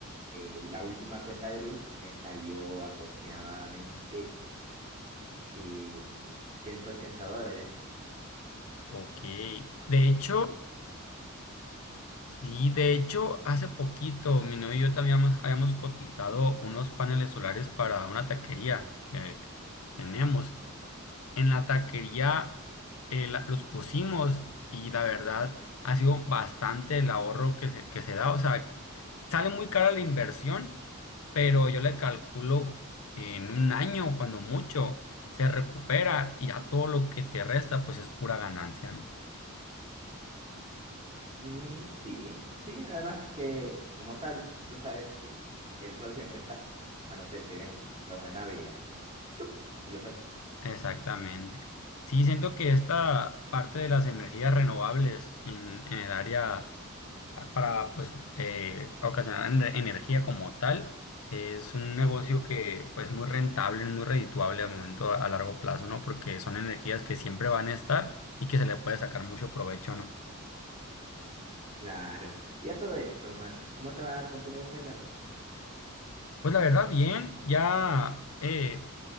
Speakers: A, on the right; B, on the left.
A: eh, la última cuenta de luz me salió aproximadamente eh, 180 dólares.
B: Ok. De hecho, sí, de hecho, hace poquito mi novio y yo también habíamos, habíamos cotizado unos paneles solares para una taquería que tenemos. en la taquería eh, la- los pusimos y la verdad ha sido bastante el ahorro que se, que se da. O sea, sale muy cara la inversión, pero yo le calculo que en un año, cuando mucho, se recupera y a todo lo que te resta, pues es pura ganancia, ¿no?
A: Mm, sí, sí, además que como tal, tú sabes que el sol siempre está, a no ser que venga una nave y diga, ¡chup! Adiós sol.
B: Exactamente. Sí, siento que esta parte de las energías renovables en, en el área para pues eh, ocasionar ener- energía como tal. Es un negocio que pues muy rentable, muy redituable al momento a largo plazo, ¿no? Porque son energías que siempre van a estar y que se le puede sacar mucho provecho, ¿no?
A: Claro. Y a todo esto, Mar, ¿cómo te va con tu negocio de tacos?
B: Pues la verdad, bien, ya eh,